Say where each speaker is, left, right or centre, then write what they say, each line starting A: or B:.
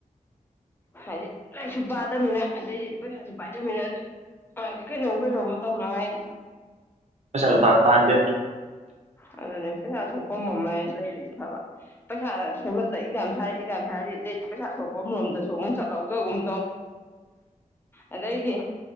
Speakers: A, on the left; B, on the right.
A: ꯍꯥꯏꯗꯤ ꯂꯥꯏꯔꯤꯛꯁꯨ ꯄꯥꯗꯕꯃꯤꯅ ꯑꯗꯩꯗꯤ ꯄꯩꯁꯥꯁꯨ ꯄꯥꯏꯗꯃꯤꯅ ꯑꯗꯨ ꯀꯩꯅꯣꯝ ꯀꯩꯅꯣꯝꯃ ꯇꯧꯅꯉꯥꯏ
B: ꯄꯩꯁꯥ ꯁꯨꯇꯥꯟ ꯇꯥꯟꯗꯦ
A: ꯑꯗꯨꯅꯦ ꯄꯩꯁꯥ ꯊꯣꯛꯄ ꯑꯃ ꯂꯩꯔꯗꯤ ꯐꯕ ꯄꯩꯁꯥ <unintelligible> ꯑꯦꯛꯖꯥꯝ ꯊꯥꯔꯤ ꯑꯦꯛꯖꯥꯝ ꯊꯥꯔ ꯑꯗꯩꯗꯤ ꯄꯩꯁꯥ ꯊꯣꯛ ꯍꫭꯝ ꯔꯣꯝꯗꯁꯨ ꯑꯃꯨꯛ ꯆꯠꯍꯧꯗꯒꯨꯝ ꯇꯧ ꯑꯗꯩꯗꯤ